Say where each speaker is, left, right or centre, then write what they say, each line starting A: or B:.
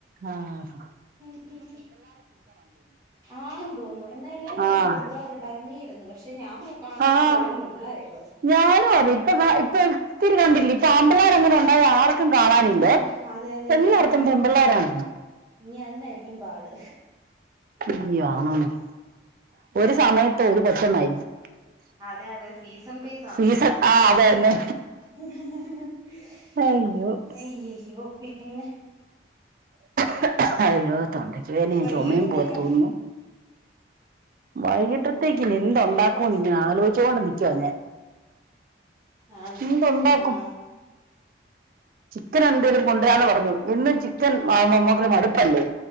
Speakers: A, on the right; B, on the right.
A: ആഹ
B: ഉ ആണെന്ന് തോന്നുന്നു എന്നാ എല്ലാരും പറ
A: ആഹ്
B: പെമ്പിള്ളേരു ഉണ്ടാകുന്നീ പക്ഷെ ഞാൻ നോക്കാണത്തെ
A: ആഹ്
B: എല്ലാം പെൺപിള്ളേര് ഇപ്പൊ
A: ഞാനും അത ഇപ്പൊ ഇപ്പ ഒത്തിരി കണ്ടില്ലേ ഇപ്പൊ ആമ്പലർ അങ്ങനെ ഉണ്ടായ ആർക്കും കാണാനില്ലേ
B: ആഹ് അതെ അതെ
A: എല്ലായിർക്കും
B: അതെ ഇനി അത്
A: പെൺപിള്ളാരാണ്
B: ഇനി അതിനായിരിക്കും പാട്
A: ഇ <unintelligible> ഒരു സമയത്ത് ഒരു കൊച്ചമായിരിക്കും
B: അതെ അതെ സീസൺ വൈസാ
A: സീസൺ
B: തോന്നുന്നു
A: ആ അത് തന്നെ
B: <unintelligible>
A: അയ്യോ
B: പിന്നെ
A: <inaudible> അയ്യോ തൊണ്ടക്ക് വേദനയ
B: വൈകിട്ടത്തേക്കാ
A: ചുമയും പോലെ തോന്നന്നു വൈകിട്ടത്തേക്ക്
B: ആണോ
A: എന്ത
B: വൈകിട്ട്
A: ഉണ്ടാക്കുംന്ന് ഇങ്ങനെ ആലോചിച്ചുകൊണ്ട് നിക്കുവ ഞാൻ
B: ആണോ
A: എന്തുണ്ടാക്കും
B: ആഹാ
A: ചിക്കൻ എന്തേങ്കലും കൊണ്ടുവരാന്ന്
B: അത് കൊള്ളാം
A: പറഞ്ഞു ഇന്നും ചിക്കൻ <unintelligible> മടുപ്പല്ലേ